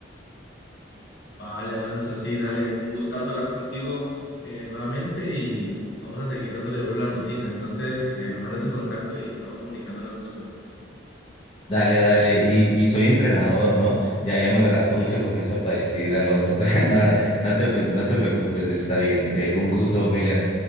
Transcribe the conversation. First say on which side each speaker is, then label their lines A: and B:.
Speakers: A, on the left (about 65°); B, on the left (about 30°).
A: Vale, Alonso, sí, dale, un gustazo hablar contigo eh, nuevamente y vamos a seguir dándole duro a la rutina. Entonces, eh, me mandas el contacto y estamos comunicándonos después.
B: Dale, dale, y, y soy entrenador, ¿no? Ya, ya me agarraste mucha confianza para decir, Alonso, <laughs> pero no, no te, pre- no te preocupes, está bien, Eh, un gusto, Miller.